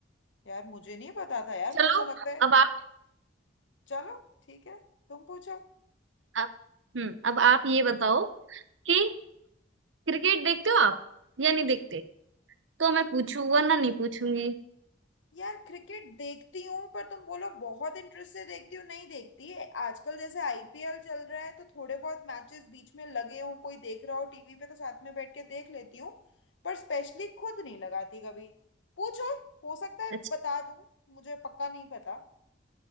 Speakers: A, on the left; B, on the right.
A: यार मुझे नहीं पता था यार
B: चलो
A: मुझे तो लगता है
B: अब आप
A: चलो ठीक है तुम पूछो
B: अब- हम्म अब आप ये बताओ कि क्रिकेट देखते हो आप या नहीं देखते तो मैं पूछूं वरना नहीं पूछूंगी
A: यार क्रिकेट देखती हूँ पर तुम बोलो बहुत इंटरेस्ट से देखती हूँ नहीं देखती है आजकल जैसे आईपीएल चल रहा है तो थोड़े बहुत मैचेस बीच में लगे हों कोई देख रहा हो टीवी पे तो साथ में बैठ के देख लेती हूँ पर स्पेशली खुद नहीं लगाती कभी पूछो हो सकता है
B: अच्छा
A: बता दूँ मुझे पक्का नहीं पता